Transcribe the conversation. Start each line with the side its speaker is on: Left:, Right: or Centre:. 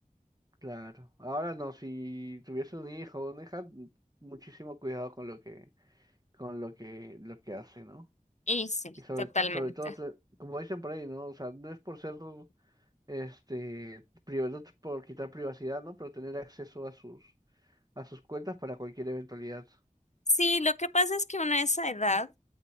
Right: Claro. Ahora no, si tuviese un hijo o una hija, m- muchísimo cuidado con lo que, con lo que, lo que hace, ¿no?
Left: Y sí,
Right: Y sobre,
Left: totalmente.
Right: sobre todo, tra- como dicen por ahí, ¿no? O sea, no es por ser, este, privado, no es por quitar privacidad, ¿no? Pero tener acceso a sus, a sus cuentas para cualquier eventualidad.
Left: Sí, lo que pasa es que uno a esa edad